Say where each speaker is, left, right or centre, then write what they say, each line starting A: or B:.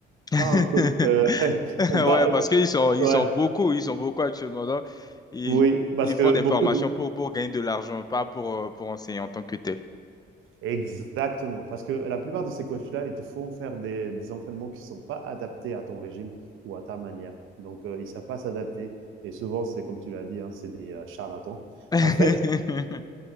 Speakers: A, on the left; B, on the right.
A: <laughs>
B: pas un coach. euh, <laughs>
A: Ouais,
B: pas, euh,
A: parce qu'ils sont, ils
B: ouais,
A: sont beaucoup, ils sont beaucoup actuellement. Donc, ils,
B: oui, parce
A: ils
B: que
A: font des
B: beaucoup
A: formations
B: de,
A: pour, pour gagner de l'argent, pas pour, euh, pour enseigner en tant que tel.
B: Exactement, parce que la plupart de ces coachs-là, ils te font faire des, des entraînements qui ne sont pas adaptés à ton régime ou à ta manière. Donc, euh, ils ne savent pas s'adapter. Et souvent, c'est comme tu l'as dit, hein, c'est des euh, charlatans.
A: <laughs>
B: En fait,